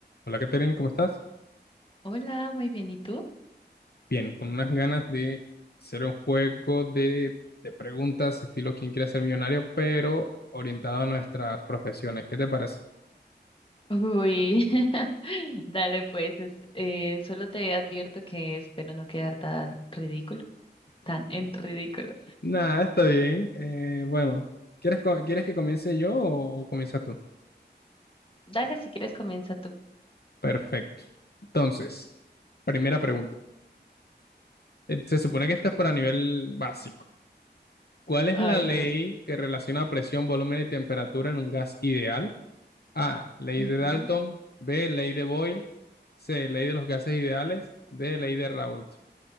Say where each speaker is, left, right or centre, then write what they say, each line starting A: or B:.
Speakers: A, on the left (about 60°); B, on the left (about 30°).
A: Hola, Katherine, ¿cómo estás?
B: Hola, muy bien, ¿y tú?
A: Bien, con unas ganas de hacer un juego de, de preguntas, estilo ¿Quién quiere ser millonario? pero orientado a nuestras profesiones. ¿Qué te parece?
B: Uy, <laughs> dale pues, es- eh, solo te advierto que espero no quedar tan ridículo, tan en ridículo.
A: Nada, está bien. Eh, bueno, ¿quieres, co- ¿quieres que comience yo o comienzas tú?
B: Dale, si quieres comienza tú.
A: Perfecto. Entonces, primera pregunta. Eh, Se supone que esta es para nivel básico. ¿Cuál es
B: Ay,
A: la ley
B: Dios.
A: que relaciona presión, volumen y temperatura en un gas ideal? A. Ley
B: Ujú.
A: de Dalton. B. Ley de Boyle. C. Ley de los gases ideales. D. Ley de Raoult.